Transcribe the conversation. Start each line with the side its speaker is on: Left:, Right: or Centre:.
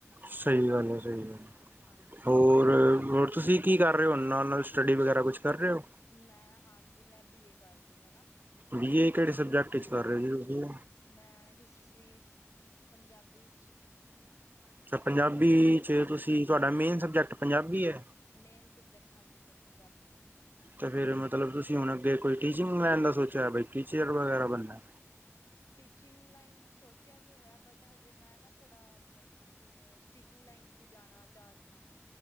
Right: ਸਈ ਗੱਲ ਐ, ਸਈ ਗੱਲ ਐ
Left: ਹਾਂਜੀ
Right: ਹੋਰ ਰ ਹੋਰ ਤੁਸੀਂ ਕੀ ਕਰ ਰਏ ਓ, ਹੁਣ ਨਾਲ-ਨਾਲ ਸਟੱਡੀ ਵਗੈਰਾ ਕੁੱਛ ਕਰ ਰੇ ਓ।
Left: ਮੈਂ ਹਾਂਜੀ, ਮੈਂ ਬੀ ਏ ਕਰ ਰੀ ਆ ਨਾ।
Right: ਬੀ ਏ ਕਿਹੜੇ ਸਬਜੈਕਟ
Left: ਹਾਂ
Right: ਵਿਚ ਕਰ ਰੇ ਓ ਜੀ ਤੁਸੀਂ।
Left: ਮੈਂ ਹਿਸਟਰੀ ਚ, ਪੰਜਾਬੀ ਚ।
Right: ਅੱਛਾ ਪੰਜਾਬੀ ਚ
Left: ਹਾਂਜੀ
Right: ਤੁਸੀਂ, ਤੁਹਾਡਾ ਮੇਨ ਸਬਜੈਕਟ ਪੰਜਾਬੀ ਐ।
Left: ਮੇਨ ਸਬਜੈਕਟ, ਹਾਂਜੀ ਮੇਰਾ ਪੰਜਾਬੀ ਏ।
Right: ਤੇ ਫੇਰ ਮਤਲਬ ਤੁਸੀਂ ਹੁਣ ਅੱਗੇ ਕੋਈ ਟੀਚਿੰਗ ਲੈਣ ਦਾ ਸੋਚਿਆ, ਬਈ ਟੀਚਰ ਵਗੈਰਾ ਬਣਨੈ।
Left: ਟੀਚਿੰਗ ਲਾਈਨ 'ਚ ਸੋਚਿਆ ਤੇ ਹੋਇਆ ਬਟ ਹਜੇ ਮੈਂ ਨਾ ਥੋੜਾ ਮਤਲਬ ਜਿਵੇਂ ਸਟੀਚਿੰਗ ਲਾਈਨ ਚ ਵੀ ਜਾਣਾ ਚਾ ਰੀ ਆ।